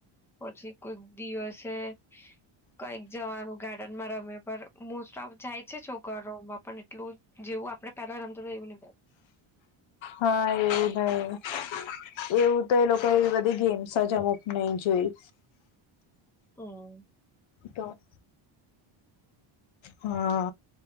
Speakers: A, in the centre; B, on the left.
A: પછી કોક દિવસે કઈક જવાનું ગાર્ડન માં રમે પણ મોસ્ટ ઓફ જાય છે, છોકરોમાં પણ એટલું જેવું આપડે પેલા રમતા એવું ની
B: હા એવું ભાઈ એવું તો એ લોકો એ બધી ગેમસ જ અમુક નઈ જોય.
A: હમ
B: તો. હા,